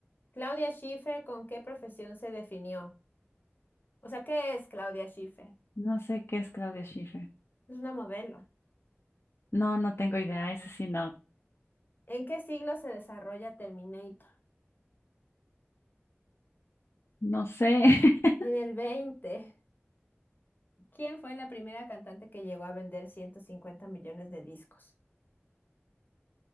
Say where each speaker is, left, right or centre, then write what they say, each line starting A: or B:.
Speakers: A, on the left; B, on the left.
A: Claudia Schiffer, ¿con qué profesión se definió? O sea, ¿qué es Claudia Schiffer?
B: No sé qué es Claudia Schiffer.
A: Es una modelo.
B: No, no tengo idea. Eso sí, no.
A: ¿En qué siglo se desarrolla Terminator?
B: No sé. <laughs>
A: En el 20. ¿Quién fue la primera cantante que llegó a vender 150 millones de discos?